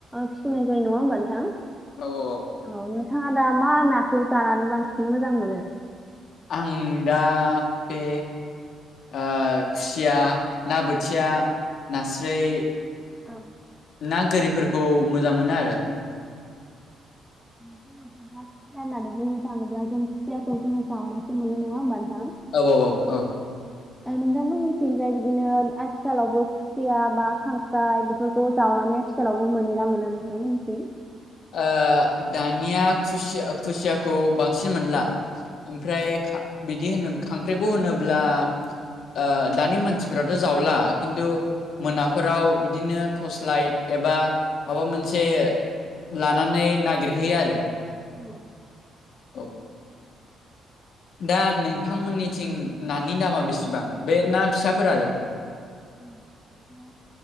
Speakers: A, in the centre; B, on the left.
A: फिसिनाय जायो‌नङा होनबा नोंथां।
B: औ औ।
A: औ नोंथाङा दा मा नाखौ जानानै बांसिन मोजां मोनो।
B: आं दा बे ओ खुसिया ना बोथिया नास्राय
A: औ
B: ना गोरिफोरखौ मोजां मोनो आरो <inaudible>
A: जों' दा खुसिया होननानै जोङो थाङोब्ला जों खुसियाखौ जोङो जावनासो मोनो नङा होमबा नोंथां
B: औ औ औ औ
A: नोंथांमिथिनोस बिदिनो आथिखालावबो खुसिया बा खांख्राय बेफोरखौ जावनानै आथिखालावबो मोनोना मोना नोंथांमोननिसिम
B: ओ दानिया खुसिया खुसियाखौ बांसिन मोनला ओमफ्राय
A: औ
B: बिदि होनोब्ला खांख्राइखौ होनोब्ला ओ दानि मानसिफ्राथ' जावला खिन्थु मोनाफोराव बिदिनो टर्स लाइट एबा माबा मोनसे लानानै नागिरहैयो आरो
A: औ
B: औ दा नोंथांमोननिथिं नानि दामा बेसेबां बे ना फिसाफोर आरो
A: उ <inaudible>